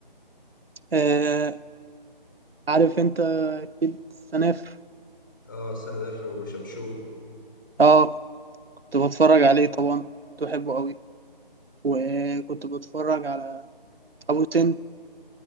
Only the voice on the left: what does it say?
آه السفر وشمشون،